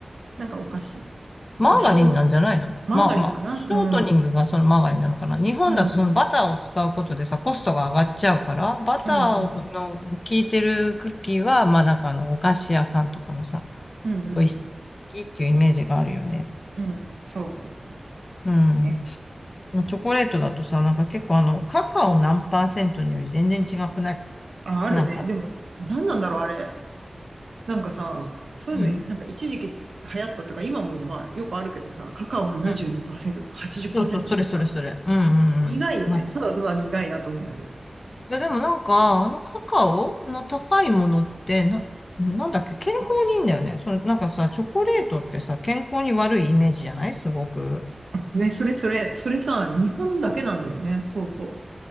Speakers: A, on the right; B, on the left.
A: なんかお菓子。
B: マーガリンなんじゃないのまあまあ、
A: 多分、ショー、マーガリンかなうん、
B: ショートニングがそのマーガリンなのかな。日本だとそのバターを使うことでさ、
A: うん、
B: コストが上がっちゃうから、バターの効いてるクッキーは、
A: うん、
B: まあなんかあの、お菓子屋さんとかのさ、
A: うん、うん、
B: 美味しいクッキーっていうイメージがあるよね。
A: うん、うん。そうそうそうそうそう。
B: うん。
A: ね。
B: まあチョコレートだとさ、なんか結構あの、カカオ何パーセントにより全然違くない
A: あ、あるね。
B: なんか。
A: でも、何なんだろう、あれ。なんかさ、そういうの、
B: うん。
A: なんか一時期流行ったとか、今もまあよくあるけどさ、カカオ72%
B: うん。
A: とか80%
B: そうそう、それそれそれ。
A: とかさ、
B: うんうんうん。
A: 苦いよね。
B: まあ
A: ただただ苦いなと思うんだけど。
B: いや、でもなんか、あのカカオの高いものって、な、なんだっけ、健康にいいんだよね。その、なんかさ、チョコレートってさ、健康に悪いイメージじゃないすごく。
A: ね、それそれ、それさ、日本だけなんだよね。そうそう。